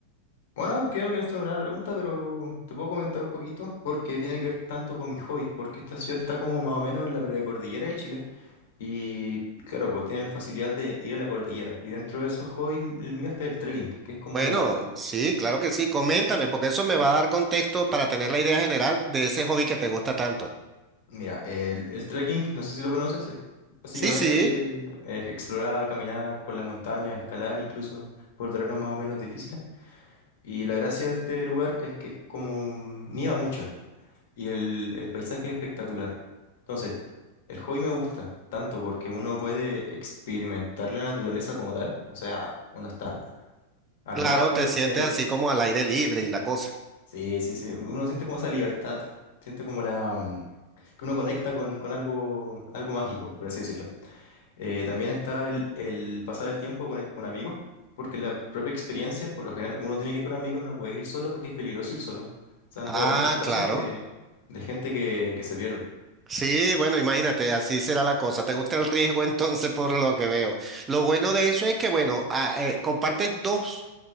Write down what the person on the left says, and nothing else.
bueno, creo que esto no era la pregunta, pero te puedo comentar un poquito porque tiene que ver tanto con mis hobbies, porque esta ciudad está como más o menos en la precordillera de Chile y claro, pues tiene la facilidad de ir a la cordillera y dentro de esos hobbies el mío está el trekking, que es como
Mira, el, el trekking, no sé si lo conoces, es básicamente
es explorar, caminar por las montañas, escalar incluso por terrenos más o menos difíciles. Y la gracia de este lugar es que es como nieva mucho y el, el paisaje es espectacular. Entonces, el hobby me gusta tanto porque uno puede experimentar la naturaleza como tal, o sea, uno está al
lado
de lo-
Sí, sí, sí, uno siente como esa libertad, siente como la... mm, que uno conecta con, con algo, algo mágico, por así decirlo. Eh, también está el, el pasar el tiempo con, con amigos, porque la propia experiencia, por lo general, uno tiene que ir con amigos, no puedes ir solo porque es peligroso ir solo. Se han
dado muchos casos
de, de gente que, que se pierde.